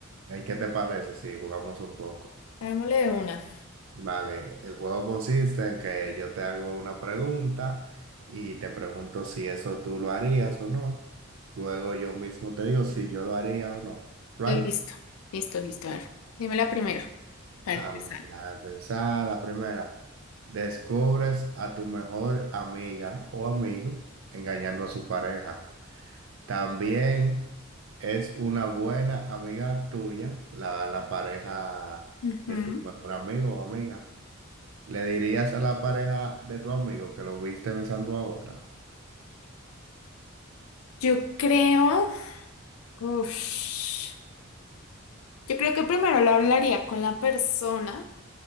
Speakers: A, on the right (about 70°); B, on the left (about 85°).
A: ¿Y qué te parece si jugamos un poco?
B: Hagámosle de una.
A: Vale, el juego consiste en que yo te hago una pregunta y te pregunto si eso tú lo harías o no. Luego yo mismo te digo si yo lo haría o no. ¿Right?
B: Eh, Listo, listo, listo. A ver, dime la primera. A ver
A: Am-
B: qué sale.
A: la de pensar, la primera. Descubres a tu mejor amiga o amigo engañando a su pareja. También es una buena amiga tuya, la, la pareja
B: Ujú.
A: de tu mejor amigo o amiga. ¿Le dirías a la pareja de tu amigo que lo viste besando a otra?
B: Yo creo. Uf. Yo creo que primero lo hablaría con la persona